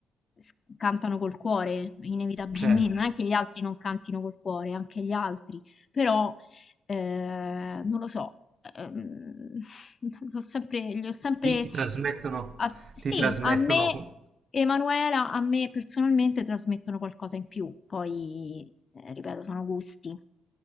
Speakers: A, on the left; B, on the right.
A: s- cantano col cuore, inevitabilmente.
B: Certo.
A: Non è che gli altri non cantino col cuore, anche gli altri, però eh, non lo so, ehm, <laughs> ho sempre, li ho sempre
B: Ti, ti trasmettono,
A: a- sì,
B: ti trasmettono.
A: a me, Emanuela, a me personalmente trasmettono qualcosa in più, poi eh, ripeto, sono gusti.